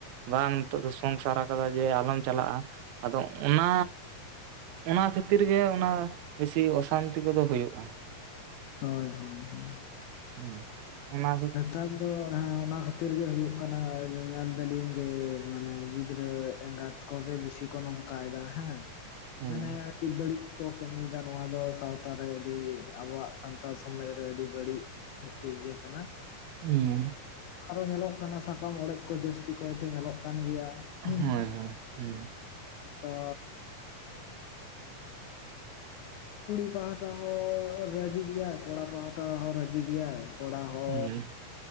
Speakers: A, on the right (about 85°); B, on the left (about 75°).
A: ᱵᱟᱝ ᱱᱤᱛᱚᱜ ᱫᱚ ᱥᱚᱝᱥᱟᱨ ᱟᱠᱟᱫᱟ ᱡᱮ ᱟᱞᱚᱢ ᱪᱟᱞᱟᱜᱼᱟ ᱟᱫᱚ ᱚᱱᱟ ᱚᱱᱟ ᱠᱷᱟᱹᱛᱤᱨ ᱜᱮ ᱚᱱᱟ ᱵᱮᱥᱤ ᱚᱥᱟᱱᱛᱤ ᱠᱚᱫᱚ ᱦᱩᱭᱩᱜᱼᱟ
B: ᱦᱳᱭ ᱦᱳᱭ ᱦᱳᱭ
A: ᱦᱩᱸ ᱚᱱᱟ ᱫᱚ
B: ᱱᱮᱛᱟᱨ ᱟᱫᱚ ᱦᱮᱸ ᱚᱱᱟ ᱠᱷᱟᱹᱛᱤᱨ ᱜᱮ ᱦᱩᱭᱩᱜ ᱠᱟᱱᱟ ᱧᱮᱞ ᱮ ᱫᱟᱞᱤᱧ ᱡᱮ ᱢᱟᱱᱮ ᱜᱤᱫᱽ ᱜᱤᱫᱽᱨᱟᱹ ᱮᱸᱜᱟᱛ ᱠᱚᱜᱮ ᱵᱤᱥᱤ ᱠᱚ ᱱᱚᱝᱠᱟ ᱮᱫᱟ ᱦᱮᱸ
A: ᱦᱩᱸ
B: ᱢᱟᱱᱮ ᱵᱟᱹᱲᱤᱡ ᱠᱚ ᱠᱟᱹᱢᱤᱭᱮᱫᱟ ᱱᱚᱣᱟ ᱫᱚ ᱥᱟᱶᱛᱟ ᱨᱮ ᱟᱹᱰᱤ ᱟᱵᱚᱣᱟᱜ ᱥᱟᱱᱛᱟᱲ ᱥᱚᱢᱟᱡᱽ ᱨᱮ ᱟᱹᱰᱤ ᱵᱟᱹᱲᱤᱡ ᱢᱤᱫᱴᱮᱱ ᱤᱭᱟᱹ ᱠᱟᱱᱟ
A: ᱦᱮᱸ
B: ᱟᱨᱦᱚ ᱧᱮᱞᱚᱜ ᱠᱟᱱᱟ ᱥᱟᱠᱟᱢ ᱚᱲᱮᱡ ᱠᱚ ᱡᱟᱹᱥᱛᱤ ᱠᱚᱭᱛᱮ ᱧᱮᱞᱚᱜ ᱠᱟᱱᱟ ᱠᱟᱱ ᱜᱮᱭᱟ ᱦᱩᱸ
A: ᱦᱳᱭ ᱦᱳᱭ ᱦᱩᱸ
B: ᱛᱚ ᱠᱩᱲᱤ ᱯᱟᱦᱟᱴᱟ ᱦᱚᱸ ᱨᱟᱹᱡᱤ ᱜᱮᱭᱟᱭ ᱠᱚᱲᱟ ᱯᱟᱦᱟᱴᱟ ᱦᱚᱸ ᱨᱟᱹᱡᱤ ᱜᱮᱭᱟᱭ ᱠᱚᱲᱟ ᱦᱚ
A: ᱦᱩᱸ